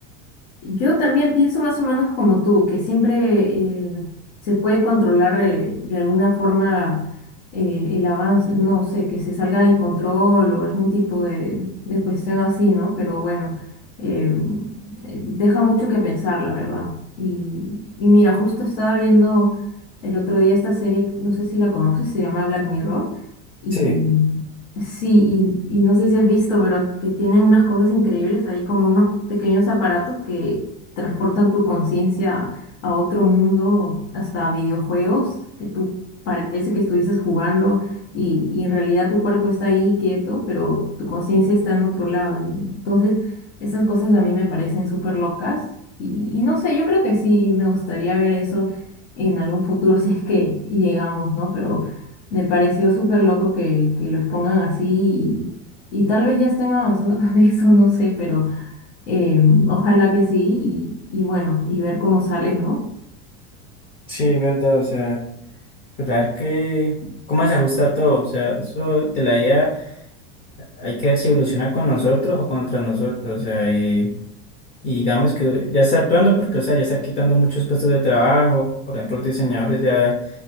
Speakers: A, on the left; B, on the left.
A: Yo también pienso más o menos como tú, que siempre eh, se puede controlar eh, de alguna forma eh, el avance, no sé, que se salga de control o algún tipo de, de cuestión así, ¿no? Pero bueno, eh, eh, deja mucho que pensar, la verdad. Y, y mira, justo estaba viendo el otro día esta serie, no sé si la conoces, se llama Black Mirror, y
B: Sí,
A: Sí, y, y no sé si has visto, pero que tienen unas cosas increíbles ahí, como unos pequeños aparatos que transportan tu conciencia a otro mundo, hasta videojuegos, que tú parece que estuvieses jugando y, y en realidad tu cuerpo está ahí quieto, pero tu conciencia está en otro lado. Entonces, esas cosas a mí me parecen súper locas y, y no sé, yo creo que sí, me gustaría ver eso en algún futuro <laughs> si es que llegamos, ¿no? Pero... Me pareció súper loco que, que lo expongan así y, y tal vez ya estén avanzando <laughs> con eso, no sé, pero eh, ojalá que sí y, y bueno, y ver cómo sale, ¿no?
B: Sí, es verdad, o sea, esperar que cómo se ajusta todo, o sea, eso de la IA hay que ver si evoluciona con nosotros o contra nosotros, o sea, y, y digamos que ya está actuando porque, o sea, ya está quitando muchos puestos de trabajo, por ejemplo, los diseñadores ya,